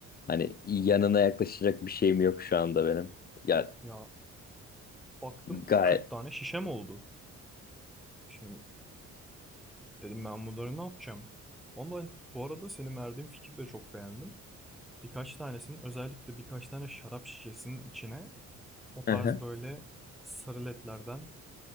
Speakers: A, on the left; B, in the centre.
A: Hani yanına yaklaşacak bir şeyim yok şu anda benim. Ya
B: Ya baktım
A: gayet.
B: 40 tane şişem oldu. Şimdi dedim ben bunları ne yapacağım? Ama ben bu arada senin verdiğin fikri de çok beğendim. Birkaç tanesinin özellikle birkaç tane şarap şişesinin içine o tarz
A: Hı hı.
B: böyle sarı ledlerden